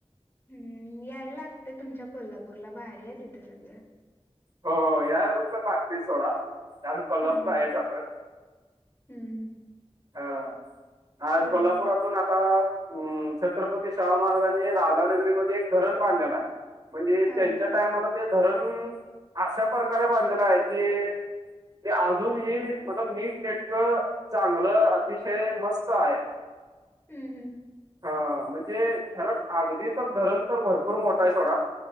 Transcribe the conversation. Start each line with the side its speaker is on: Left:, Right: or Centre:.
Left: हम्म यायला लागतंय तुमच्या कोल्हापूरला भारी हाय तिथ सगळं.
Right: हो हो यायला तर लागतयच सोडा, कारण कोल्हापूर
Left: हा
Right: आहेच असं.
Left: हम्म.
Right: हा आज
Left: चालेल
Right: कोल्हापुरातून आता, अम छत्रपती शाहू महाराजांनी राधानगरीमध्ये एक धरण बांधलेला आहे. म्हणजे
Left: हा
Right: त्यांच्या टायमाला ते धरण, अशा प्रकारे बांधलेलं आहे की ते अजूनही मतब नीट नेटकं चांगलं अतिशय मस्त आहे.
Left: हम्म हम्म.
Right: हा म्हणजे धरण अगदी तर धरण तर भरपूर मोठा आहे सोडा.